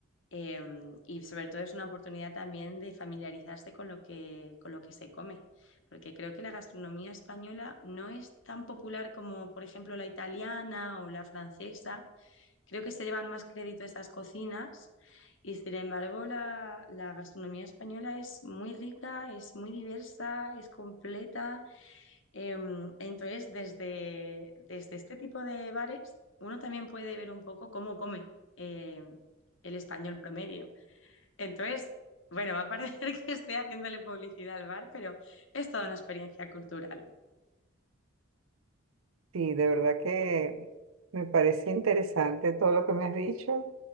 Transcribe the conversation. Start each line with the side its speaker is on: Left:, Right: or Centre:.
Left: Em, y sobre todo es una oportunidad también de familiarizarse con lo que, con lo que se come, porque creo que la gastronomía española no es tan popular como, por ejemplo, la italiana o la francesa Creo que se llevan más crédito esas cocinas y sin embargo la, la gastronomía española es muy rica, es muy diversa, es completa. Em, entonces, desde, desde este tipo de bares, uno también puede ver un poco cómo come em, el español promedio. Entonces, bueno, va a parecer <laughs> que estoy haciéndole publicidad al bar, pero es toda una experiencia cultural.
Right: Sí, de verdad que me parece interesante todo lo que me has dicho.